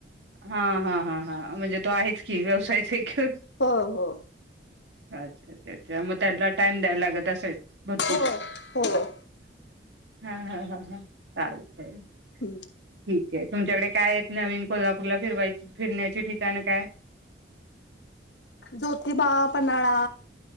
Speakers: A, on the right; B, on the left.
A: हा हा हा हा म्हणजे तो आहेच कि व्यवसायच हाय की
B: हो हो
A: अच्छा अच्छा अच्छा मग त्याला टाइम द्यायला लागत असल भरपूर
B: हो हो
A: हा हा हा हा चालतय
B: हम्म
A: ठीक आहे तुमच्याकडे काय आहेत नवीन कोल्हापूरला फिरवायची फिरण्याची ठिकाणं काय
B: ज्योतिबा पन्हाळा